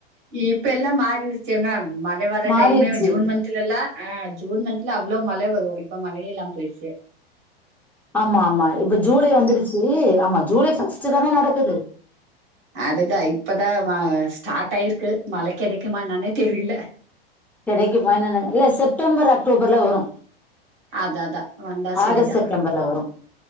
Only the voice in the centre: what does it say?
மாறிருச்சு
ஆமா ஆமா இப்ப ஜூலை வந்துருச்சு ஆமா ஜூலை ஃபஸ்ட்டூ தானே நடக்குது
கெடைக்குமா என்னென்னே இல்ல செப்டம்பர் அக்டோபர்ல வரு
ஆகஸ்ட் செப்டம்பர்ல வரும்